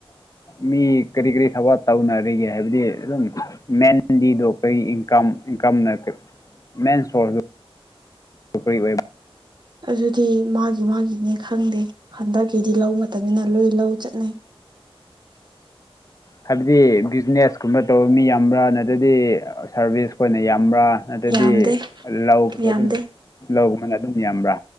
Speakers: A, on the left; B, on the right.
A: ꯃꯤ ꯀꯔꯤ ꯀꯔꯤ ꯊꯕꯛ ꯇꯧꯅꯔꯤꯒꯦ ꯍꯥꯏꯕꯗꯤ ꯑꯗꯨꯝ ꯃꯦꯟꯗꯤꯗꯣ ꯀꯔꯤ ꯏꯟꯀꯝ ꯏꯟꯀꯝꯅ ꯃꯦꯟ ꯁꯣꯔꯁꯇꯣ ꯈ ꯑꯣꯏ
B: ꯑꯗꯨꯗꯤ ꯃꯥꯒꯤ ꯃꯥꯒꯤꯅꯤ ꯈꯪꯗꯦ ꯍꯟꯗꯛꯀꯤꯗꯤ ꯂꯧ ꯃꯇꯝꯅꯤꯅ ꯂꯣꯏ ꯂꯧ ꯆꯠꯅꯩ <unintelligible>
A: ꯍꯥꯏꯕꯗꯤ ꯕꯤꯖꯤꯅꯦꯁꯀꯨꯝꯕ ꯇꯧꯕ ꯃꯤ ꯌꯥꯝꯕ꯭ꯔꯥ ꯅꯠꯇ꯭ꯔꯗꯤ ꯁꯥꯔꯚꯤꯁ ꯀ ꯑꯣꯏꯅ ꯌꯥꯝꯕ꯭ꯔꯥ ꯑꯗꯨꯗꯤ
B: ꯌꯥꯝꯗꯦ
A: ꯂꯧꯒꯨꯝꯕ
B: ꯌꯥꯝꯗꯦ
A: ꯑꯗꯨꯝ ꯂꯧꯒꯨꯝꯕꯅ ꯑꯗꯨꯝ ꯌꯥꯝꯕ꯭ꯔꯥ